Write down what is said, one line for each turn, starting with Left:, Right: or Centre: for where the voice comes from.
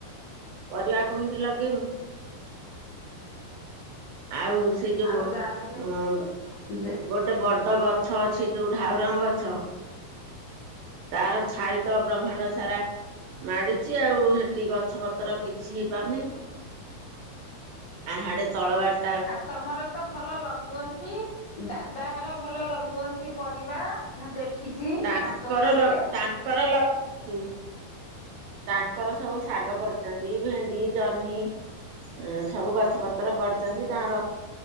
Right: ପରିବା କୁମିତି ଲଗେଇବୁ? ଆଉ ସେ ଯୋଉ
Left: ଆଉ
Right: ଵ
Left: ଯାହାହେଲେ
Right: ଉଣ୍
Left: ଯେ
Right: ଗୋଟେ ବଡ ଗଛ ଅଛି ଯୋଉ ଢାଉରଙ୍ଗ ଗଛ ତାର ଛାଇ ତ ବ୍ରହ୍ମାଣ୍ଡ ସାରା। ମାଡିଛି ଆଉ ସେଠି ଗଛ ପତ୍ର କିଛି ହେଇ ପାରୁନି। ଆହାଡେ ତଳବାଟ
Left: ଆଉ ତମର ତ ଭଲ ଲଗୁଅନ୍ତି, ଦାଦା ଘର ଭଲ ଲଗୁଅନ୍ତି ପରିବା। ମୁଁ ଦେଖିଛି
Right: ତାଙ୍କର
Left: ତାଙ୍କ ବାଡିରେ
Right: ଲଗ ତାଙ୍କର ଲଗନ୍ତି। ତାଙ୍କର ସବୁ ଶାଗ କରିଛନ୍ତି ଭେଣ୍ଡି ଜହ୍ନି ଉ ସବୁ ଗଛ ପତ୍ର କରିଛନ୍ତି ତାଙ୍କର